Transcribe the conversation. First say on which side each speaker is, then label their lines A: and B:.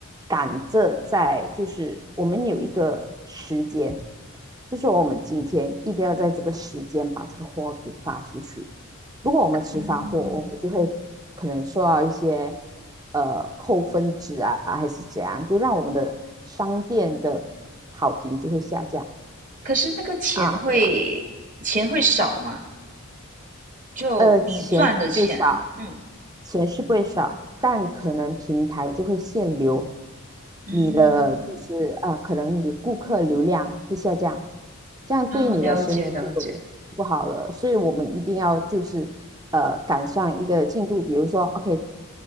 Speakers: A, on the right; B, on the right.
A: 赶着在，就是我们有一个时间，就说我们今天一定要在这个时间把这个货给发出去。如果我们迟发货，
B: 嗯，
A: 我们就会可能受到一些呃扣分值啊，还是怎样，就让我们的商店的好评就会下降
B: 可是那个钱会钱会少嘛？
A: 啊。
B: 就你赚的钱，
A: 呃，钱是会少，
B: 嗯
A: 钱是不会少，但可能平台就会限流，你的就是呃，
B: 嗯。
A: 可能你顾客流量会下降，这样对你的生意就不好了。
B: 啊，了解了解，
A: 所以我们一定要就是呃赶上一个进度，比如说 OK，